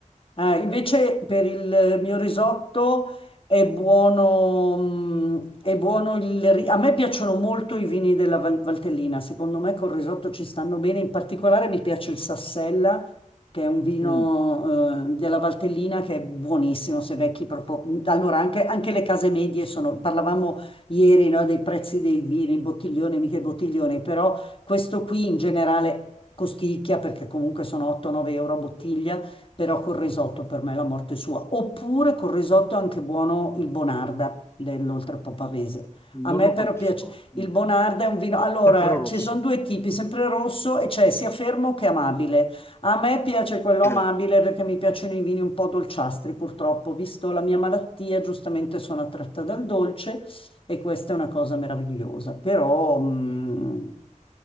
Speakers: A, on the left; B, on the left.
A: Eh, invece per il mio risotto è buono, mm, è buono il... ri- A me piacciono molto i vini della Val- Valtellina, secondo me col risotto ci stanno bene, in particolare mi piace il Sassella, che è un vino
B: Mm,
A: eh, della Valtellina che è buonissimo, se vecchi proprio... Mm, Allora, anche, anche le case medie sono... Parlavamo ieri, no, dei prezzi dei vini, bottiglione, mica bottiglione, però questo qui in generale costicchia perché comunque sono 8-9 euro a bottiglia però col risotto per me è la morte sua. Oppure col risotto è anche buono il Bonarda dell'Oltrepo Pavese.
B: non
A: A me
B: lo
A: però
B: conosco.
A: piace il
B: Mm,
A: Bonarda è un vino. Allora,
B: Sempre il rosso.
A: ci sono due tipi, sempre rosso e c'è sia fermo che amabile. A me piace quello
B: Sì.
A: amabile perché mi piacciono i vini un po' dolciastri, purtroppo, visto la mia malattia, giustamente sono attratta dal dolce e questa è una cosa meravigliosa. Però, mh,